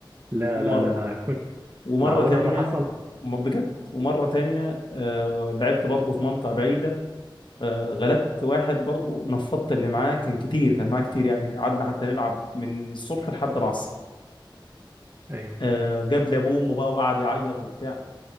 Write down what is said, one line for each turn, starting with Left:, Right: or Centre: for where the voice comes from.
Right: لا
Left: دي مره
Right: لا لا لا لا.
Left: ومرة
Right: معقولة
Left: تانية
Right: ده حصل؟
Left: م- بجد ومرة تانية آه، لعبت برضه في منطقة بعيدة آه، غلبت واحد برضه نفضت اللي معاه كان كتير كان معاه كتير يعني قعدنا حتى نلعب من الصبح لحد العصر
Right: أيوه
Left: آه، جاب لي ابوه وامه بقى وقعد يعيط وبتاع